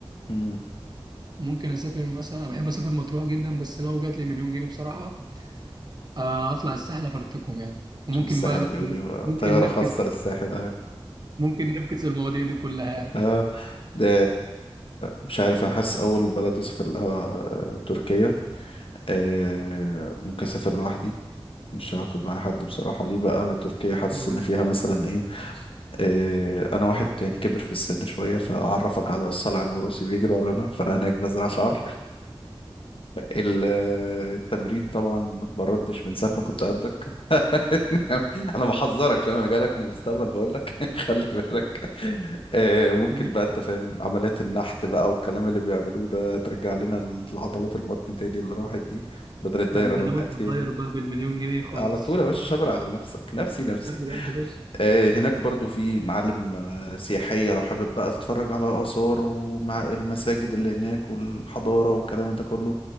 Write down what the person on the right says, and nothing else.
ممكن اسافر مثلا انا بحب اسافر مطروح جدا بس لو جات لي مليون جنيه بصراحه آه، اطلع الساحل افرتكم يعني وممكن
بقى
<laughs>
ممكن
نفكس
ممكن نفكس المواضيع دي كلها يعني
<laughs> الولاد.
ليه؟
ده انت
ناوي
تغير
بقى بالمليون جنيه خالص
ابدا يا باشا